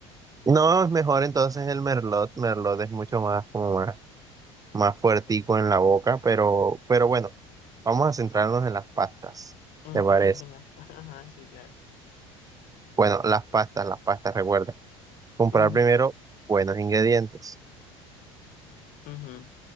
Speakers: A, on the right (about 25°); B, on the left (about 60°).
A: No, es mejor entonces el merlot. Merlot es mucho más, como más, más fuertico en la boca, pero, pero bueno, vamos a centrarnos en las pastas,
B: Ujú,
A: ¿te parece?
B: ujú, <laughs> Ajá, sí, claro.
A: Bueno, las pastas, las pastas, recuerda. Comprar
B: Ujú,
A: primero buenos ingredientes.
B: ujú,